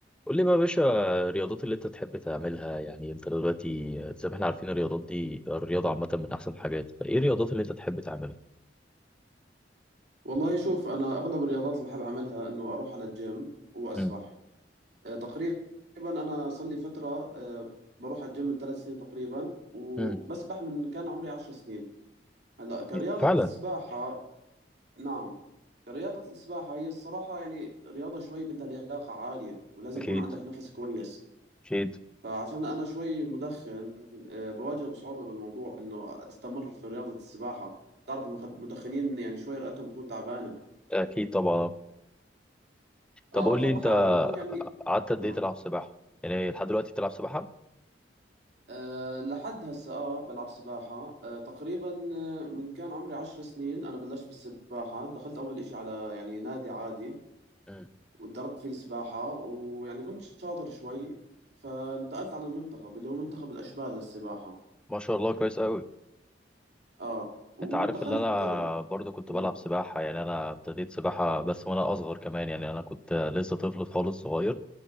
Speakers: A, in the centre; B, on the right.
A: قول لي بقى يا باشا الرياضات اللي انت تحب تعملها يعني انت دلوقتي زي ما احنا عارفين الرياضات دي الرياضة عامة من احسن الحاجات فايه الرياضات اللي انت تحب تعملها؟
B: والله شوف انا اغلب الرياضات اللي بحب اعملها انه اروح على الجيم واسبح
A: مم.
B: آه، تقريبا انا صار لي فتره آه، بروح على الجيم من ثلاث سنين تقريبا وبسبح
A: مم.
B: من كان عمري عشر سنين هلا كرياضه
A: فعلا
B: السباحه نعم كرياضه السباحه هي الصراحه يعني رياضه شوي بدها لياقه عاليه ولازم
A: اكيد
B: يكون عندك نفس كويس
A: اكيد
B: فعشان انا شوي مدخن آه، بواجه بصعوبه بالموضوع انه استمر في رياضه السباحه تعرف المخد- المدخنين يعني شوي رئتهم تكون تعبانه
A: اكيد طبعا طب
B: اه
A: قول
B: فبحاول
A: لي انت
B: انه يعني
A: قعدت قد
B: آه
A: ايه تلعب سباحة؟ يعني لحد دلوقتي بتلعب سباحة؟
B: آه، لحد هسه اه بلعب سباحة آه تقريبا آه، من كان عمري عشر سنين انا بلشت بالسباحة دخلت اول اشي على يعني نادي عادي
A: مم.
B: وتدربت فيه السباحة ويعني كنت شاطر شوي فانتقلت على المنتخب اللي هو منتخب الاشبال للسباحة
A: ما شاء الله كويس قوي
B: اه
A: انت
B: ودخلت
A: عارف ان انا برضه كنت
B: مم،
A: بلعب سباحة يعني انا ابتديت سباحة بس وانا اصغر كمان يعني انا كنت لسه طفل خالص صغير